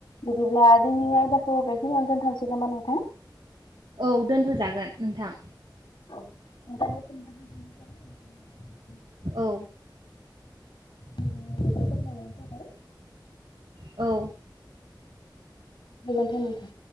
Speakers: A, on the left; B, on the right.
A: बिदिब्ला जोंनि आयदाखौ बेखिनियावनो दोनथसै <unintelligible> नामा नोंथां
B: औ दोनथ'जागोन नोंथां
A: औ <unintelligible>
B: औ
A: <unintelligible> फोरमायनायनि थाखाय
B: औ
A: गोजोनथो नोंथां